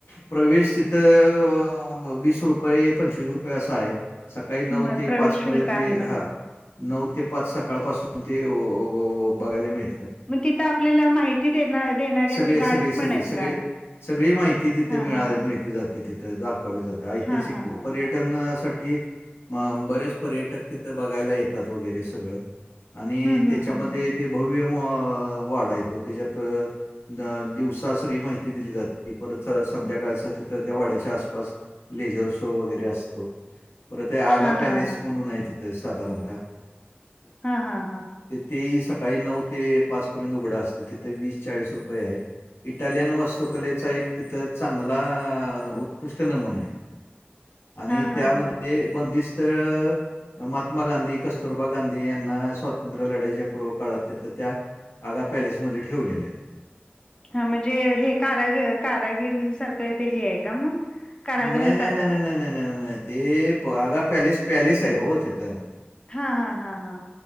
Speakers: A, on the left (about 85°); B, on the left (about 25°).
A: प्रवेश तिथ अ वीस रुपये पंचवीस रुपये असा आहे, सकाळी
B: म
A: नऊ ते
B: प्रवेश
A: पाच पर्यंत
B: शुल्क आहे
A: ते
B: म्हणा
A: हा. नऊ ते पाच सकाळपासून ते ओ ओ बघायला मिळ
B: म तिथं आपल्याला माहिती देना-देणारे
A: सगळे,
B: असे गार्ड्स
A: सगळे, सगळे,
B: पण आहेत
A: सगळे,
B: का?
A: सगळी माहिती तिथं
B: हा
A: मिळा
B: हा हा
A: मिळ ते जाते तिथे दाखवले जाते ऐतिहासिक
B: हा हा हा
A: पर्यटन
B: हा
A: साठी, माम बरेच पर्यटक तिथ बघायला येतात वगैरे सगळं, आणि
B: हम्म
A: त्याच्यामध्ये
B: हम्म हम्म हम्म
A: ते भव्य म वाडा हाय तो त्याज्यात अ दिवसा सगळी माहिती दिली जाते परत संध्याकाळच तिथ त्या वाड्याच्या आसपास लेजर शो वगैरे असतो. परत ये आगा
B: हा
A: पॅलेस
B: हा हा
A: म्हणून आहे तिथे साधारणतहा.
B: हा हा हा.
A: ते ही सकाळी नऊ ते पाच पर्यंत उघडं असतं तिथे वीस चाळीस रुपये आहे. इटालियन वास तुकलेचा एक तिथ चांगला उत्कृष्ट नमुना आहे आणि
B: हा हा हा
A: ते बंदिस्त महात्मा गांधी, कस्तुरबा गांधी, यांना स्वातंत्र्य लढाच्या पूर्वक काळात यथं त्या- आगा पॅलेसमध्ये ठेवलेलं.
B: हा म्हणजे हे कारागर कारागिर सारखं ते हे आहे का? मग कारागृह
A: नाही, नाही,
B: सारखं
A: नाही, नाही, नाही, नाही, नाही, नाही, नाही ते आगा पॅलीस पॅलीस आहे हो तिथं.
B: हा हा हा हा.